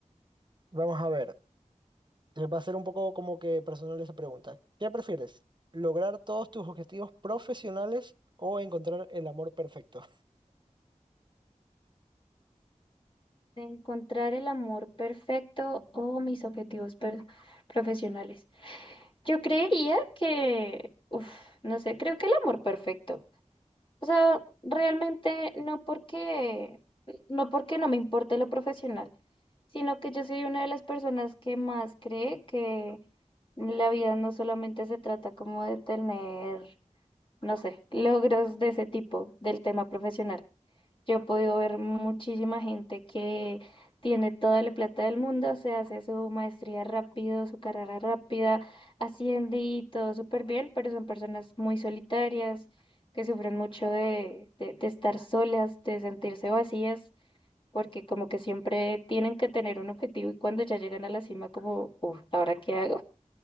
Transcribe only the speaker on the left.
de encontrar el amor perfecto o mis objetivos per- profesionales. Yo creería que, uf, no sé, creo que el amor perfecto. O sea, realmente no porque, no porque no me importe lo profesional, sino que yo soy una de las personas que más cree que la vida no solamente se trata como de tener, no sé, logros de ese tipo del tema profesional yo he podido ver muchísima gente que tiene toda la plata del mundo, se hace su maestría rápido, su carrera rápida, asciende y todo súper bien, pero son personas muy solitarias, que sufren mucho de, de, de estar solas, de sentirse vacías, porque como que siempre tienen que tener un objetivo y cuando ya llegan a la cima como, uff, ¿ahora qué hago?